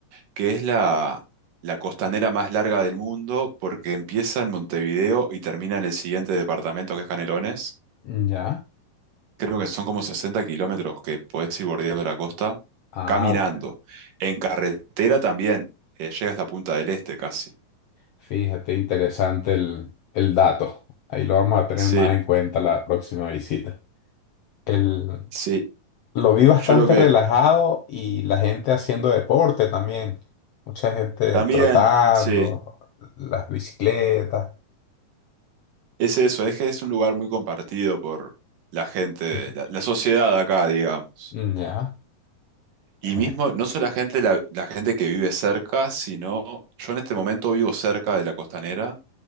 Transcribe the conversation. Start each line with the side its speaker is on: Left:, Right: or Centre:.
Right: que es la, la costanera más larga del mundo porque empieza en Montevideo y termina en el siguiente departamento que es Canelones.
Left: Ya.
Right: Creo que son como 60 kilómetros que podés ir bordeando la costa
Left: Ah,
Right: caminando.
Left: bueno.
Right: En carretera también, eh, llega hasta Punta del Este casi.
Left: Fíjate, interesante el, el dato. Ahí lo vamos a tener
Right: Sí,
Left: más en cuenta la próxima visita. El,
Right: sí.
Left: lo vi bastante
Right: Yo lo que
Left: relajado y la gente haciendo deporte también. Mucha gente
Right: También,
Left: trotando,
Right: sí,
Left: las bicicletas.
Right: es eso, es que es un lugar muy compartido por la gente,
Left: <laughs>
Right: la, la sociedad de acá, digamos.
Left: Ya.
Right: Y
Left: eh,
Right: mismo, no solo la gente, la, la gente que vive cerca, sino yo en este momento vivo cerca de la costanera,